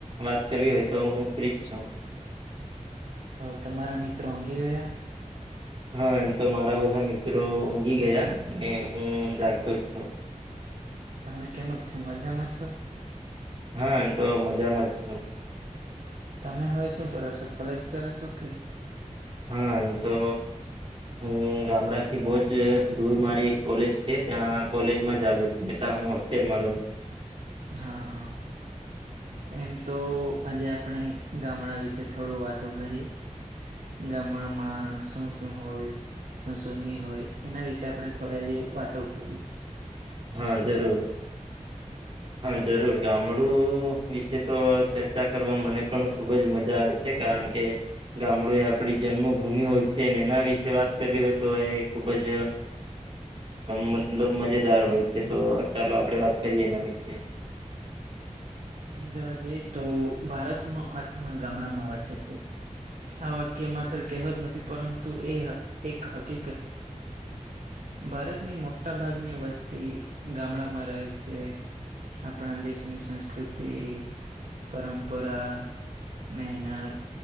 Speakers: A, on the right; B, on the right.
A: વાત કરવી હોય તો હું ફ્રીજ છું
B: તમારા મિત્રો ઉઘી ગયા
A: હા એમ તો મારા બધા મિત્રો ઊંઘી ગયા હું જાગતો જ છું
B: તમે કેમ છો મજામાં છો
A: હા તો મજામાં જ છ
B: તમે હવે શું કરો છો કોલેજ કરો છો કે
A: હા એ તો હું ગામડા થી બહુ જ દૂર મારી એક કોલેજ છે ત્યાં કોલેજ માં જ આવ્યો છતા હું તે મારે
B: હા હા એમ તો આજે આપણે ગામડા વિશે થોડું વાતો કરી ગામડામાં શું શું હોય શસોની હોય એના વિશે આપણે થોડી જે વાતો કરીએ
A: હા જરૂર
B: <inaudible>
A: હા જરૂર ગામડું વિશે તો ચર્ચા કરવા મને પણ ખુબ જ મજા આવે છે છે કારણ કે ગામડું એ આપણી જન્મભૂમિ હોય છે એના વિશે વાત કરવી હોય તો એ ખુબ જ મતલબ મજેદાર હોય છે તો ચાલો આપડે વાત કરીએના વિશે
B: એમ જોવા જઈએ તો ભારતનો આત્મા ગામડામાં વસે છે આ વાક્ય માત્ર કહેવતજ નથી પરંતુ એ એક હકીકત છે ભારતની મોટા ભાગની વસ્તી ગામડામાં રહે છે આપણા દેશની સંસ્કૃતિ પરંપરા મહેનત